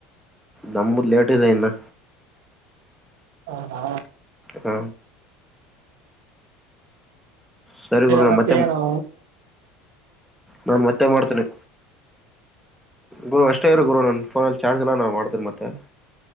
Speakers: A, in the centre; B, on the right.
A: ನಮಂಬುದ್ ಲೇಟ್ ಇದೆ ಇನ್ನು
B: ಹ ಹಾ
A: ಹಾ ಸರಿ ಗುರು
B: ಅಮ್ಮತ್ತೇನು
A: ನಾನು ಮತ್ತೆ ನಾನ್ ಮತ್ತೆ ಮಾಡ್ತೇನೆ ಗುರು ಅಷ್ಟೇ ಇರು ಗುರು ನನ್ ಫೋಲ್ಲಿ ಚಾರ್ಜ್ ಎಲ್ಲ ನಾಮಾಡ್ತೀರಿ ಮತ್ತೆ